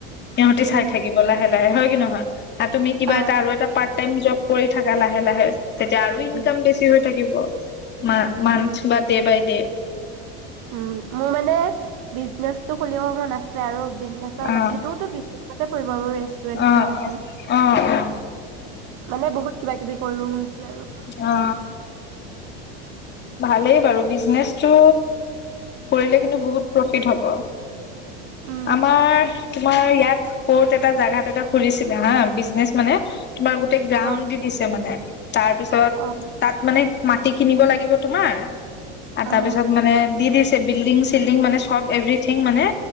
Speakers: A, on the left; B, on the right.
A: সিহঁতি
B: উম,
A: চাই থাকিব লাহে লাহে হয় কি নহয় তুমি কিবা
B: হয়,
A: এটা আৰু এটা পাৰ্ট টাইম জব কৰি থাকা লাহে লাহে। তেতিয়া আৰু ইনকাম
B: উম,
A: বেছি হৈ। থাকিব। মা মান্থ
B: উম।
A: বা ডে বাই ডে।
B: উম মোৰ মানে বিজনেচটো খুলিব মন আছে আৰু। বিজনেছৰ
A: অ
B: <inaudible> সেইটোওতো বিজনেজতে পৰিব। মোৰ ৰেষ্টুৰেন্ট
A: অ
B: খোলা এখন।
A: অ অ।
B: মানে বহুত কিবা কিবি কৰিব মন আছে আৰু।
A: অ অ। ভালেই বাৰু বিজনেচটো, কৰিলে কিন্তু বহুত প্ৰফিট হ'ব।
B: উম,
A: আমাৰ তোমাৰ ইয়াত ক'ত এটা জোগাত এটা খুলিছিলে হা, বিজনেচ মানে। তোমাৰ গোটেই গ্ৰাউণ্ড
B: অ',
A: দি দিছে মানে। তাৰ পিছত
B: অ',
A: তাত মানে, মাটি কিনিব লাগি। তোমাৰ? আৰু তাৰপিছত
B: অ',
A: মানে দি দিছ। চে বুইল্ডিং চিল্ডিং মানে চব এভ্ৰুঠিং মানে,